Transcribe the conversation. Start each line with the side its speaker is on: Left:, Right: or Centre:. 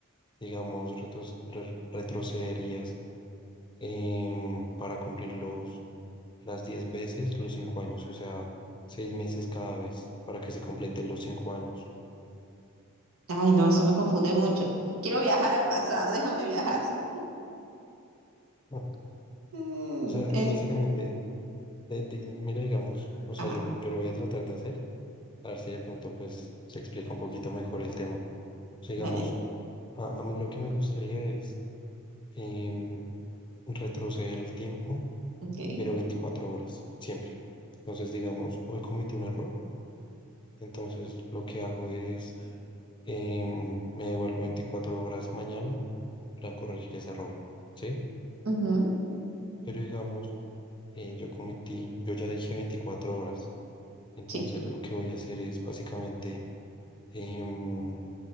Left: digamos retos- re- retrocederías em, para cumplir los, las 10 veces los 5 años, o sea, 6 meses cada vez para que se complete los cinco años.
Right: Ay, no, eso me confunde mucho. Quiero viajar al pasado, <laughs> déjame viajar. Sol.
Left: Ah,
Right: Mm,
Left: O sea,
Right: es,
Left: es básicamente, eh, di- mira, digamos, o sea,
Right: ajá,
Left: yo, lo- yo lo voy a tratar de hacer, a ver si de pronto pues se explica un poquito mejor el tema. O sea,
Right: dale,
Left: digamos,
Right: dale.
Left: a, a mí lo que me gustaría es em, retroceder el tiempo
Right: Ok.
Left: pero 24 horas, siempre. Entonces, digamos, hoy cometí un error, entonces lo que hago es, em, me devuelvo 24 horas mañana para corregir ese error, ¿sí?
Right: Ujú,
Left: Pero digamos, eh, yo cometí, yo ya dije 24 horas, entonces
Right: sí,
Left: lo que voy a hacer es básicamente em,